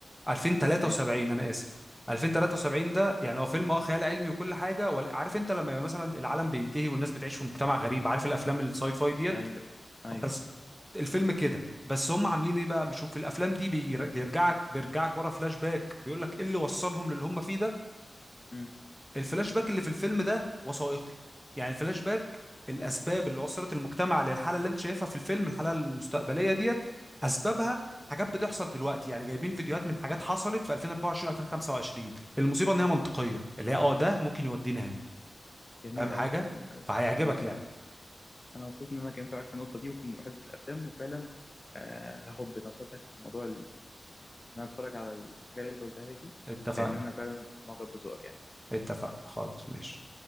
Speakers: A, in the centre; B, on the left (about 35°).
A: 2073
B: تمام
A: انا اسف 2073 ده يعني هو فيلم اه خيال علمي وكل حاجه ولا- عارف انت لما يبقى مثلا العالم بينتهي والناس بتعيش في مجتمع غريب عارف الافلام الساي
B: آه،
A: فاي ديت
B: ايوه ايوه
A: بس
B: ايوه
A: الفيلم كده بس هم عاملين ايه بقى مش هم في الافلام دي بير- بيرجعك بيرجعك ورا فلاش باك بيقول لك ايه اللي وصلهم للي هم فيه ده
B: امم
A: الفلاش باك اللي في الفيلم ده وثائقي يعني الفلاش باك الاسباب اللي وصلت المجتمع للحاله اللي انت شايفها في الفيلم الحاله المستقبليه ديت اسبابها حاجات بتحصل دلوقتي يعني جايبين فيديوهات من حاجات حصلت في 2024 و2025 المصيبه ان هي منطقيه اللي هي اه ده ممكن يودينا هنا
B: جميل
A: فاهم حاجه
B: قوي جميل قوي
A: فهيعجبك
B: جميل قوي
A: يعني
B: انا مبسوط ان انا اتكلمت معاك في النقطه دي وفي حته الافلام وفعلا آه هاخد بنصيحتك في موضوع ال- ان انا اتفرج على الحاجات اللي انت قلتها لي دي
A: اتفقنا
B: لان انا فعلا معجب بذوقك يعني
A: اتفقنا خلاص ماشي